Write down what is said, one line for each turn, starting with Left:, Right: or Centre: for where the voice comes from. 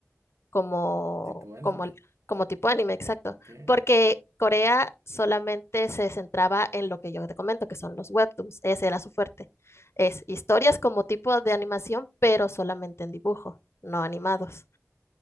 Left: como,
Right: tipo anime.
Left: como, como tipo anime, exacto.
Right: Ok,
Left: Porque Corea solamente se centraba en lo que yo te comento, que son los webtoons. Ese era su fuerte. Es historias como tipo de animación, pero solamente en dibujo, no animados.